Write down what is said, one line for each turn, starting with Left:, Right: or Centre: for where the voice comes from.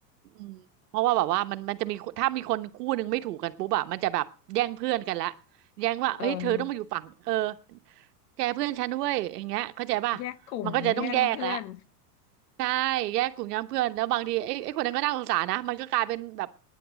Right: อืมเพราะว่าแบบว่ามันมันจะมีถ้ามีคนคู่หนึ่งไม่ถูกกันปุ๊บอะมันจะแบบแย่งเพื่อนกันละแย่งว่าเฮ้ยเธอต้องมาอยู่ฝั่งเออ
Left: เออ
Right: แกเพื่อนฉันด้วยอย่างเงี้ยเข้าใจป่ะ
Left: แยกกลุ่มแยกเพื่อน
Right: มันก็จะต้องแยกแหละใช่แยกกลุ่มย้ำเพื่อนแล้วบางทีไอ้ไอ้คนนั้นก็น่าสงสารนะมันก็กลายเป็นแบบ